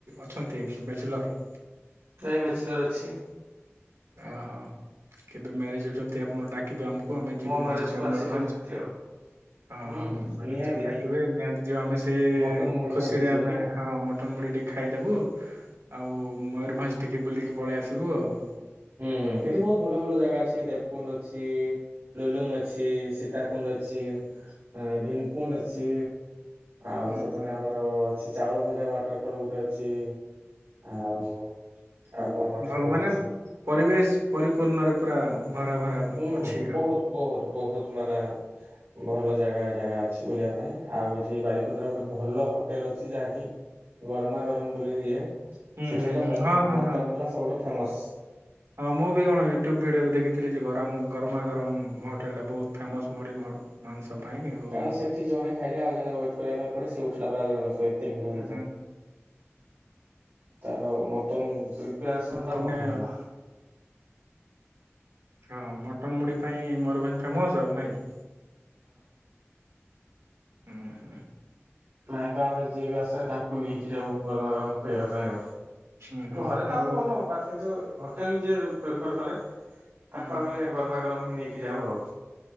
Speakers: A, on the right (about 85°); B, on the right (about 75°).
A: ଅଛନ୍ତି ବ୍ୟାଚଲର?
B: ବ୍ୟାଚଲର ଅଛି।
A: ଅହୋ, କେବେ ମ୍ୟାରେଜ ହଉଛନ୍ତି ଆପଣ ଡାକି? ଆମକୁ ଆମେ ଯିବୁ
B: ମୋ ମ୍ୟାରେଜକୁ
A: ନିଶ୍ଚୟ
B: ଆସିବ
A: ମୟୂରଭଞ୍ଜ।
B: ନିହାତି ଆଉ।
A: ହଁ
B: ହୁଁ
A: ହଁ
B: ହୁଁ
A: ମ୍ୟାରେଜ
B: ନିହାତି
A: କୁ ଡାକିବେ ନିହାତି, ଯିବ ଆମେ ସେ
B: ମଟନ ମୁଢି
A: ଖୁସିରେ
B: ଖାଇକି ଯିବେ
A: ଆମେ
B: ନା।
A: ହଁ ମଟ ଟିକେ ଖାଇଦବୁ ଆଉ ମୟରଭଞ୍ଜ ଟିକେ ବୁଲିକି ପଳେଇ ଆସିବୁ ଆଉ
B: ହୁଁ, ଏଠି ବହୁତ ଭଲ ଭଲ ଜାଗା ଅଛି ଦେବକୁଣ୍ଡ ଅଛି ଲୁଲୁଙ୍ଗ ଅଛି, ସୀତାକୁଣ୍ଡ ଅଛି। ଭୀମକୁଣ୍ଡ ଅଛି ଆଉ
A: ହୁଁ
B: ସେପଟେ
A: ହୁଁ
B: ଆମର ଅଛି ଚାଉଳ ଭଜା ୱାଟରଫଲ୍ ଗୋଟେ ଅଛି ଆଉ ଆଉ କଣ ୱାଟରଫଲ
A: ଭଲ ମାନେ
B: ଅଛି?
A: ପରିବେଶ ପରିପୂର୍ଣ୍ଣରେ ପୁରା ଭରା ଭରା
B: ହୁଁ
A: ଅଛି
B: ହୁଁ
A: ଆଉ।
B: ବହୁତ ବହୁତ ବହୁତ ମାନେ ଭଲ ଜାଗା ଜାଗା ଅଛି ବୁଲିବା ପାଇଁ ଆଉ ଏଠି ବାରିପଦାରେ ଗୋଟେ ଭଲ ହୋଟେଲ ଅଛି ଯାହାକି ଗରମ ଗରମ ବୋଲି ଇଏ,
A: ହୁଁ
B: ସେଠି
A: ହୁଁ
B: ହେଲା
A: ହୁଁ
B: ମଟନ
A: ହଁ ହଁ ହଁ
B: ହେଲା ସବୁଠୁ ଫେମସ।
A: ହଁ ମୁଁ ବି କଣ ୟୁଟ୍ୟୁବ ଭିଡିଓରେ ଦେଖିଥିଲି ଯେ ଗରମ ଗରମ ଗରମ ହୋଟେଲ ଟା ବହୁତ ଫେମସ ମୁଢି ମ <unintelligible> ଆଉ
B: କାରଣ
A: ହୁଁ
B: ସେଠି ଜଣେ ଖାଇଲେ, ଆଉ ଜଣେ ୱେଟ୍ କରିବା ପାଇଁ ପଡ଼େ, ସେ ଉଠିଲା ପରେ ଆଉ ଜଣେ ବ ଏତେ ଭିଡ଼ ହୋଇଥାଏ।
A: ହୁଁ।
B: ତ ମଟନ ପ୍ରିପାରେସନ ଟା
A: ତମେ
B: ବହୁତ ଭଲ।
A: ହଁ ମଟନ ମୁଢ ପାଇଁ ମୟୂରଭଞ୍ଜ ଫେମସ ଆଉ ନାଇଁ କି? ହୁଁ ହୁଁ
B: ପ୍ରାୟତଃ ଆମେ ଯିଏ ବି ଆସେ ତାଙ୍କୁ ନେଇକି ଯାଉ ଗରମା ଗରମ ଖୁଆଇବା ପାଇଁ ଆଉ,
A: ହୁଁ ହୁଁ
B: ଘରେ ତ
A: ଆଉ
B: ଆମେ ବନଉ ବଟ୍ କିନ୍ତୁ ହୋଟେଲ ଯିଏ ପ୍ରିଫର୍ କରେ।
A: ହୁଁ
B: ତାକୁ ଆମେ ଗରମ ଗରମ ହିଁ ନେଇକି ଯାଉ ଆଉ